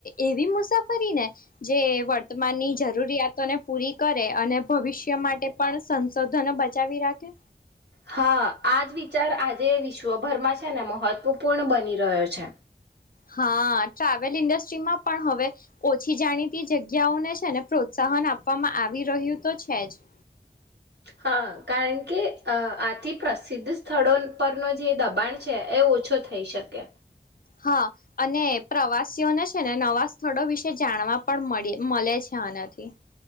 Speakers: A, on the left (about 55°); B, on the right (about 70°).
A: એવી મુસાફરી ને જે વર્તમાનની જરૂરિયાતોને પૂરી કરે અને ભવિષ્ય માટે પણ સંશોધનો બચાવી રાખે
B: હા આ જ વિચાર આજે વિશ્વભરમાં છે ને મહત્વપૂર્ણ બની રહ્યો છે.
A: હા ટ્રાવેલ ઇન્ડસ્ટ્રીમાં પણ હવે ઓછી જાણીતી જગ્યાઓને છે ને પ્રોત્સાહન આપ પવામાં આવી રહ્યું તો છે જ‌
B: હા કારણ કે અ આથી પ્રસિદ્ધ સ્થળોન પર નો જે દબાણ છે એ ઓછો થઈ શકે
A: હા અને પ્રવાસીઓને છે ને નવા સ્થળો વિશે જાણવા પણ મળે મલે છે આનાથી